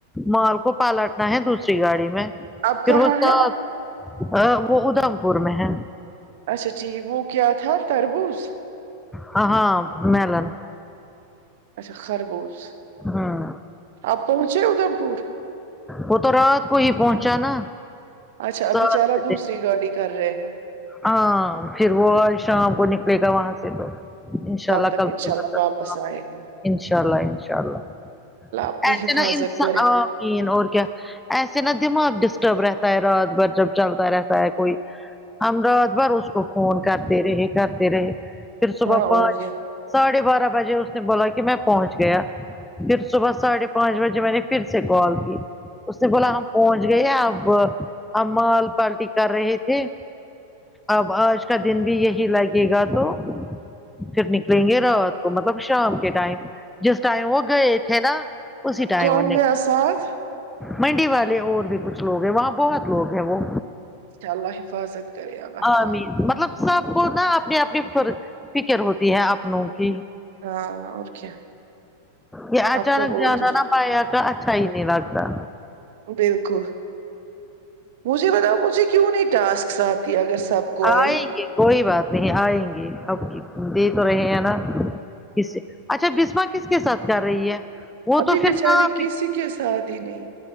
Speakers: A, in the centre; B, on the right (about 55°).
A: مال کو پالٹنا ہے دوسری گاڑی میں
B: اب
A: پھر
B: کہاں
A: وہ ساتھ
B: ہے
A: ا وہ ادھم پور میں ہے
B: اچھا ٹھیک وہ کیا تھا تربوز
A: ہ ہاں میلن
B: اچھا خربوز
A: ہوں
B: آپ پہنچے ادھم پور
A: وہ تو رات کو ہی پہنچا نا
B: اچھا
A: سو روپے
B: بچارا دوسری گاڑی کر رہے ہیں
A: ہاں پھر وہ آج شام کو نکلے گا وہاں سے تو انشاء اللہ
B: تک
A: کل
B: انشاء
A: صبح
B: اللہ
A: تک
B: واپس
A: آں
B: آئے گا
A: انشاء اللہ انشاء اللہ
B: اپنی
A: ایسے
B: حفاظت
A: نا انسا
B: کرے
A: آں تین اور کیا ایسے نا دماغ ڈسٹرب رہتا ہے رات بھر جب چلتا رہتا ہے کوئی ہم رات بھر اس کو فون کرتے رہے کرتے رہے پھر صبح
B: ہاں اور
A: پانچ
B: کیا
A: ساڑھے بارہ بجے اس نے بولا کہ میں پہنچ گیا پھر صبح ساڑھے پانچ بجے میں نے پھر سے کال کی اس نے بولا ہم پہنچ گئے اب ہم مال پالٹی کر رہے تھے اب آج کا دن بھی یہی لگے گا تو پھر نکلیں گے رات کو مطلب شام کے ٹائم جس ٹائم وہ گئے تھے نا اسی ٹائم
B: کون
A: نے
B: گیا ساتھ
A: منڈی والے اور بھی کچھ لوگ ہیں وہاں بہت لوگ ہیں وہ
B: ان شاء اللہ حفاظت کرے اللہ حفاظت
A: آمین مطلب سب کو نا اپنی اپنی فر فکر ہوتی ہے اپ نو کی
B: ہاں اور کیا
A: یہ اچانک
B: آپ کیا بول
A: جانا
B: رہی
A: نہ بھیا کا صحیح نہیں لگتا
B: بالکل مجھے بتاؤ مجھے کیوں نہیں ٹاسکس آتی اگر سب کو آئی
A: آئے گے کوئی بات نہیں آئے گے اب دے تو رہے ہیں نا کسے اچھا بسما کس کے ساتھ کر رہی ہے وہ
B: ابھی
A: تو پھر
B: بچاری
A: نہ
B: کسی کے ساتھ ہی نہیں